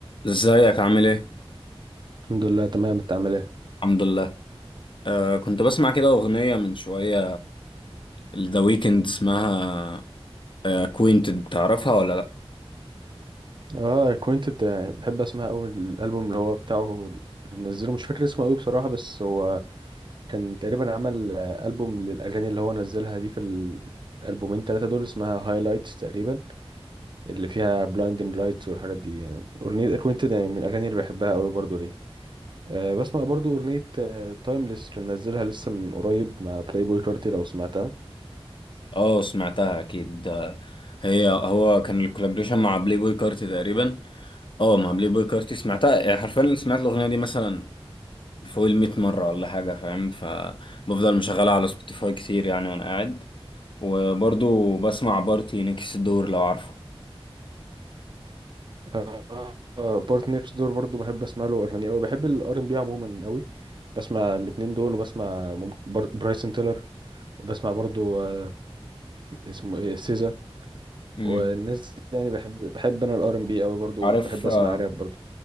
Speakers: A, on the left; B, on the right.
A: ازيك عامل ايه؟
B: الحمد لله تمام انت عامل ايه
A: الحمد لله آه كنت بسمع كده أغنية من شوية ذا ويكند اسمها اكوينتد تعرفها ولا لأ؟
B: اه acquainted آه، بحب اسمع قوي الالبوم اللي هو بتاعه اللي نزله مش فاكر اسمه قوي بصراحه بس هو كان تقريبا عمل آه، البوم للاغاني اللي هو نزلها دي في الالبومين ثلاثه دول اسمها هايلايتس تقريبا اللي فيها blinding lights والحاجات دي يعني اغنيه acquainted يعني من الاغاني اللي بحبها قوي برضو ليه أه بسمع برضو اغنيه تايمليس كان نزلها لسه من قريب مع بلاي بوي كارتي لو سمعتها
A: اه سمعتها أكيد آه، هي هو كان الكولابريشن مع بلاي بوي كارتي تقريبا اه مع بلاي بوي كارتي سمعتها يعني حرفيا سمعت الأغنية دي مثلا فوق الميت مرة ولا حاجة فاهم فبفضل مشغلها على سبوتيفاي كتير يعني وأنا قاعد وبرضو بسمع بارتي نكس الدور لو عارفه
B: آه بارت نيكست دور برضو بحب اسمع له اغاني قوي بحب الار ام بي عموما قوي بسمع الاتنين دول وبسمع ممكن بر... برايسون تيلر وبسمع برضو آه، اسمه ايه سيزا
A: مم.
B: والناس دي يعني بحب بحب انا الار ام بي قوي برضو
A: عارف
B: بحب اسمع
A: آه،
B: راب برضو